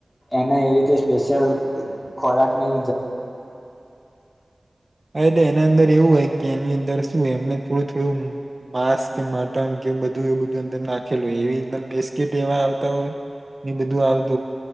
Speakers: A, on the left (about 25°); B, on the right (about 35°).
A: એને એવી રીતે સ્પેશિયલ ખોરાકની
B: હા એટલે એના અંદર એવું હોય કે એની અંદર શું એમને થોડું થોડું માંસ કે મટન કે બધું એ બધું અંદર નાખેલું એવી બિસ્કીિટ એવા આવતા હોય ને બધું આવત